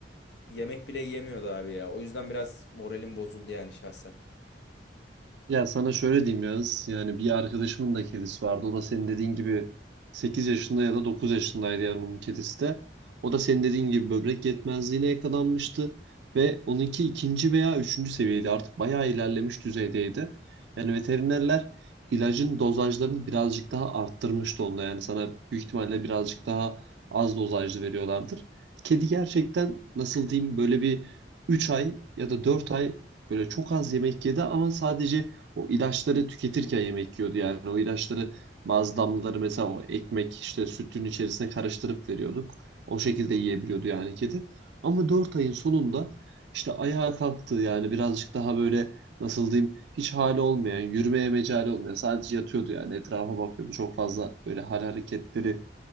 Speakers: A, on the left; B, on the right.
A: Yemek bile yemiyordu abi ya. O yüzden biraz moralim bozuldu yani şahsen.
B: Ya sana şöyle diyeyim Yağız. Yani bir arkadaşımın da kedisi vardı. O da senin dediğin gibi 8 yaşında ya da 9 yaşındaydı yani onun kedisi de. O da senin dediğin gibi böbrek yetmezliğine yakalanmıştı. Ve onunki ikinci veya üçüncü seviyeydi. Artık bayağı ilerlemiş düzeydeydi. Yani veterinerler ilacın dozajlarını birazcık daha arttırmıştı onda. Yani sana büyük ihtimalle birazcık daha az dozajlı veriyorlardır. Kedi gerçekten nasıl diyeyim böyle bir 3 ay ya da 4 ay böyle çok az yemek yedi ama sadece o ilaçları tüketirken yemek yiyordu. Yani o ilaçları bazı damlaları mesela o ekmek işte sütün içerisine karıştırıp veriyorduk. O şekilde yiyebiliyordu yani kedi. Ama 4 ayın sonunda işte ayağa kalktı yani birazcık daha böyle nasıl diyeyim hiç hali olmayan, yürümeye mecali olmayan sadece yatıyordu yani etrafa bakıyordu. Çok fazla böyle hal hareketleri